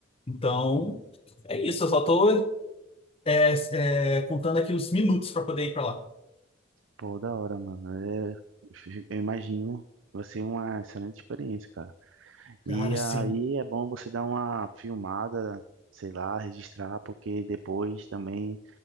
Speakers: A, on the left; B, on the right.
A: Então, é isso, eu só tô é, é, contando aqui os minutos pra poder ir pra lá.
B: pô, da hora, mano. Eu, eu imagino. Vai ser uma excelente experiência, cara.
A: Cara,
B: E
A: sim.
B: aí é bom você dar uma filmada, sei lá, registrar, porque depois também.